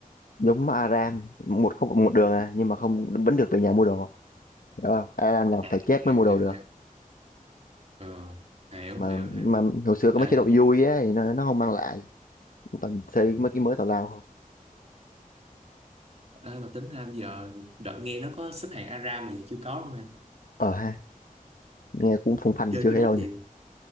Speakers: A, on the left; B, on the right.
A: giống Aram một có một đường à nhưng mà không vẫn được về nhà mua đồ hiểu không Aram là
B: à,
A: phải chết
B: hiểu
A: mới mua
B: hiểu
A: đồ được
B: hiểu ờ, hiểu
A: mà
B: hiểu hiểu
A: mà hồi xưa có
B: à,
A: mấy chế độ vui á thì nó nó không mang lại toàn xây mấy cái mới tào lao không
B: à, mà tính ra bây giờ đợt nghe nó có xếp hạng Aram mà giờ chưa có luôn nè
A: ờ ha nghe cũng phong phanh
B: chơi
A: mà chưa
B: cái
A: thấy
B: đó
A: đâu nhỉ
B: vậy